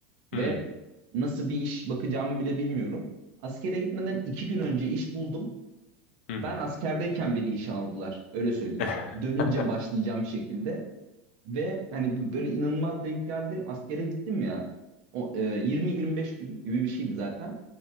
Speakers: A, on the left (about 80°); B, on the right (about 45°).
A: hı
B: ve nasıl bir iş bakacağımı bile bilmiyorum. Askere gitmeden iki gün önce iş buldum.
A: hı
B: Ben
A: hı. hı.
B: askerdeyken beni işe aldılar. Öyle söyleyeyim.
A: <laughs>
B: Dönünce başlayacağım şekilde. Ve hani böyle inanılmaz denk geldi. Askere gittim ya. O e, 20-25 gün gibi bir şeydi zaten.